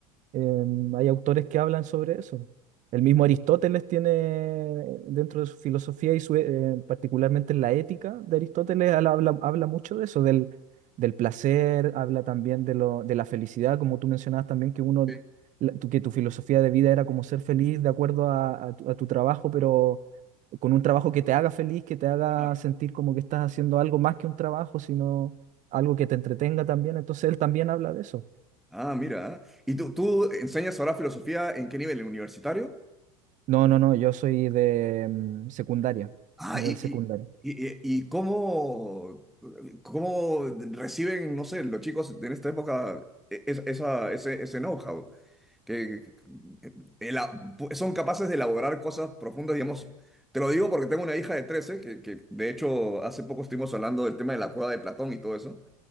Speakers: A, on the right (about 45°); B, in the centre.
A: Em, hay autores que hablan sobre eso. El mismo Aristóteles tiene dentro de su filosofía y su, e- eh, particularmente en la ética de Aristóteles, habla, habla- habla mucho de eso, del, del placer, habla también de, lo, de la felicidad, como tú mencionabas también que uno,
B: sí,
A: la- tu- que tu filosofía de vida era como ser feliz de acuerdo a, a tu, a tu trabajo, pero con un trabajo que te haga feliz, que te haga
B: claro.
A: sentir como que estás haciendo algo más que un trabajo, sino algo que te entretenga también. Entonces él también habla de eso.
B: Ah, mira. ¿Y tú, tú enseñas ahora filosofía en qué nivel? ¿En universitario?
A: No, no, no, yo soy de mm, secundaria,
B: Ah,
A: nivel
B: y,
A: secundario.
B: y, y, y- y cómo, cómo reciben, no sé, los chicos en esta época e- es- esa, ese, ese know-how. que, que- que- ela- pu- son capaces de elaborar cosas profundas, digamos. Te lo digo porque tengo una hija de 13 que, que de hecho hace poco estuvimos hablando del tema de la cueva de Platón y todo eso,